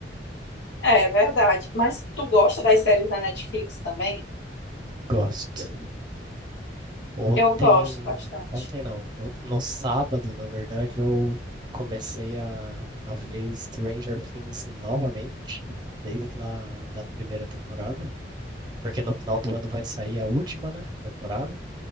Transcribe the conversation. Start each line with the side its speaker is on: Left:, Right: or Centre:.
Left: É, é verdade. Mas tu gosta das séries da Netflix também?
Right: Gosto. Ontem,
Left: Eu gosto bastante.
Right: ontem não, no, no sábado, na verdade, eu comecei a, a ver Stranger Things novamente, desde lá da primeira temporada. porque no final do ano vai sair a última, né, temporada.